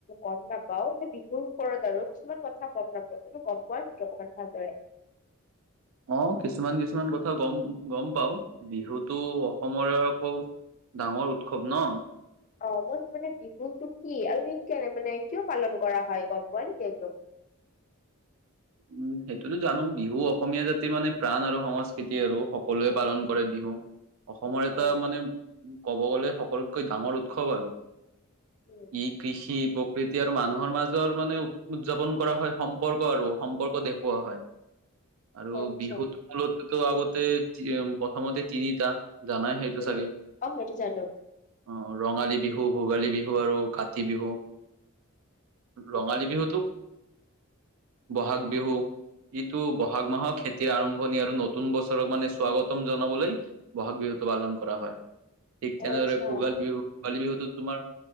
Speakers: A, on the left; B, on the right.
A: গম নাপাও মানে বিহুৰ ওপৰত আৰু কিছুমান কথা গম নাপাওঁ তুমি গম পোৱা নেকি অকমান ভালদৰে।
B: অ' কিছুমান কিছুমান কথা গম গম পাও বিহুতটো অসমৰে আকৌ ডাঙৰ উৎসৱ ন।
A: অ' মোৰ মানে বিহুতটো কি? আৰু কেনে মানে কিয় পালন কৰা হয়, গম পোৱা নেকি এইটো।
B: উম, সেইটোতো জানো বিহু অসমীয়া জাতিৰ মানে প্ৰাণ আৰু সংস্কৃতি আৰু। সকলোৱে
A: উম
B: পালন কৰে বিহু। অসমৰ এটা
A: অ
B: মানে ক'ব গ'লে, সকলোতকৈ ডাঙৰ উৎসৱ আৰু
A: উম
B: ই কৃষি উপ প্ৰীতি আৰু মানুহৰ মাজৰ মানে, উদযাপন কৰা হয়। সম্পৰ্ক আৰু সম্পৰ্ক দেখুওৱা হয়। আৰু
A: অ আচ্ছা
B: বিহুত মূলতেতো আগতে প্ৰথমতে তিনিটা জানাই সেইটো
A: উম
B: চাগেই
A: অ সেইটো জানো
B: অ', ৰঙালী বিহু, ভোগালী বিহু, আৰু কাতি বিহু।
A: উম
B: ৰঙালী বিহুতো। বহাগ বিহু, ইটো বহাগ মাহৰ খেতি আৰম্ভণি, আৰু নতুন বছৰক মানে, স্বাগতম জনাবলৈ ব'হাগ বিহুতটো পালন কৰা হয়। ঠিক
A: অ
B: তেনেদৰে
A: আচ্ছা
B: ভোগালী বিহু, ভোগালী বিহুতো তোমাৰ